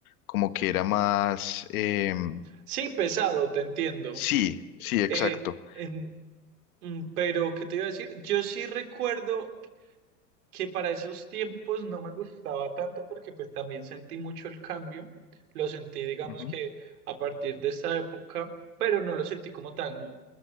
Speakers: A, on the left; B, on the right.
A: como que era más... em,
B: sí, pesado, te entiendo.
A: sí, sí, exacto.
B: Eh, en- mm, pero, ¿qué te iba a decir? Yo sí recuerdo que para esos tiempos no me gustaba tanto porque pues también sentí mucho el cambio. Lo sentí, digamos
A: Ujú,
B: que a partir de esa época, pero no lo sentí como tan...